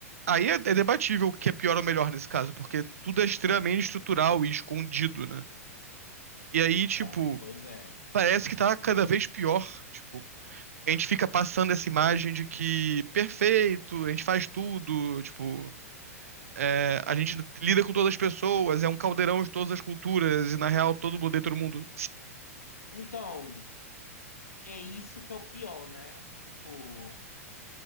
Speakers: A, on the right; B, on the left.
A: Aí é, é debatível o que é pior ou melhor nesse caso, porque tudo é extremamente estrutural e escondido, né? E aí,
B: Então,
A: tipo,
B: pois é.
A: parece que tá cada vez pior. Tipo, a gente fica passando essa imagem de que perfeito, a gente faz tudo, tipo, é, a gente lida com todas as pessoas, é um caldeirão de todas as culturas, e na real todo mundo odeia todo mundo.
B: Então, é isso que é o pior, né? Tipo,